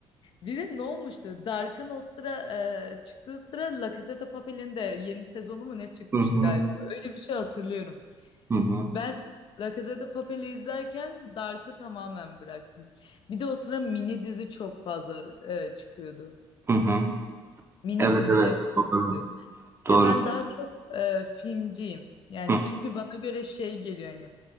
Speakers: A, on the left (about 55°); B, on the right (about 25°).
A: bir de ne olmuştu? Dark'ın o sıra e, çıktığı sıra La Casa de Papel'in de yeni sezonu mu ne çıkmıştı
B: Hı hı.
A: galiba? Öyle bir şey hatırlıyorum.
B: Hı hı.
A: Ben La Casa de Papel'i izlerken Dark'ı tamamen bıraktım. Bir de o sıra mini dizi çok fazla e, çıkıyordu.
B: Hı hı.
A: Mini
B: Evet
A: dizileri
B: evet
A: çok
B: doğru
A: izliyordum.
B: doğru.
A: Ya ben daha çok e, filmciyim. Yani
B: Hı.
A: çünkü bana göre şey geliyor hani.